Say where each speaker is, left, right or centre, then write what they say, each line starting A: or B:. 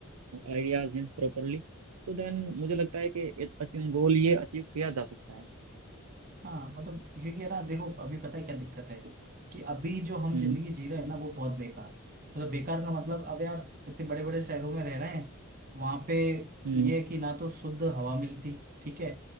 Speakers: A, on the right; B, on the right.
A: आइडियाज हैं प्रॉपरली तो देन मुझे लगता है कि ये गोल ये अचीव किया जा सकता है
B: हाँ मतलब क्योंकि है ना देखो अभी पता है क्या दिक्कत है कि अभी जो हम
A: हम्म
B: जिंदगी जी रहे हैं ना वो बहुत बेकार है मतलब बेकार का मतलब अब यार इतने बड़े बड़े शहरों में रह रहे हैं वहां पे
A: हम्म
B: ये है कि ना तो शुद्ध हवा मिलती ठीक है